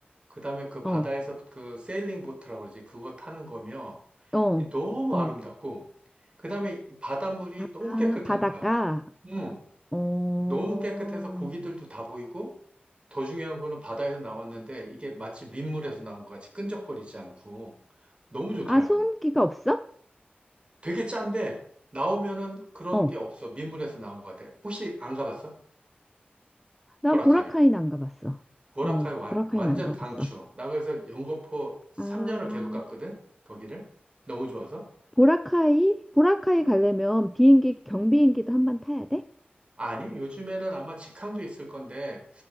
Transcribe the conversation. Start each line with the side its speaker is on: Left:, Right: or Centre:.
Right: 그다음에 그 바다에서
Centre: 어,
Right: 그 세일링 보트라고 그러지 그거 타는 거며
Centre: 어,
Right: 이 너무
Centre: 어.
Right: 아름답고 그다음에 이 바닷물이 너무
Centre: 아,
Right: 깨끗한
Centre: 바닷가.
Right: 거야. 응,
Centre: 아, 어.
Right: 너무 깨끗해서 고기들도 다 보이고 더 중요한 거는 바다에서 나왔는데 이게 마치 민물에서 나온 것 같이 끈적거리지 않고 너무 좋더라고.
Centre: 아, 소음기가 없어?
Right: 되게 짠데 나오면은 그런
Centre: 어.
Right: 게 없어. 민물에서 나온 것 같아. 혹시 안 가봤어?
Centre: 난
Right: 보라카이.
Centre: 보라카이는 안 가봤어.
Right: 고라카이
Centre: 어,
Right: 완,
Centre: 보라카이는
Right: 완전
Centre: 안 가봤어.
Right: 강추. 나 그래서 영거포 3년을
Centre: 아,
Right: 계속 갔거든? 거기를. 너무 좋아서.
Centre: 보라카이? 보라카이
Right: 어.
Centre: 가려면 비행기, 경비행기도 한번 타야 돼?
Right: 아니, 요즘에는 아마 직항도 있을 건데,